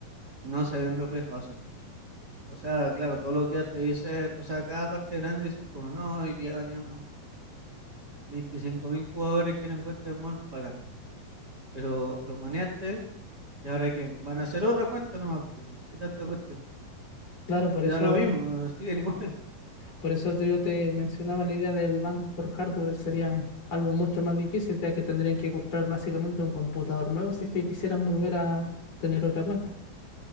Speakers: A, on the right (about 40°); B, on the left (about 45°).
A: no se ven reflejados en ellos. O sea, claro, todos los días te dicen, o sea, cada parche grande dicen como, no, hoy día baneamos 25 mil jugadores que eran cuentas de Smurf, bacán. Pero los baneaste, ¿y ahora qué? Van a hacer otra cuenta nomás, pues, ¿qué tanta cuestión?
B: Claro, por
A: Si
B: eso,
A: da lo mismo, siguen igual. <laughs>
B: por eso te- yo te mencionaba la idea del ban por hardware, sería algo mucho más difícil, ya que tendrían que comprar básicamente un computador nuevo si es que quisieran volver a tener otra cuenta.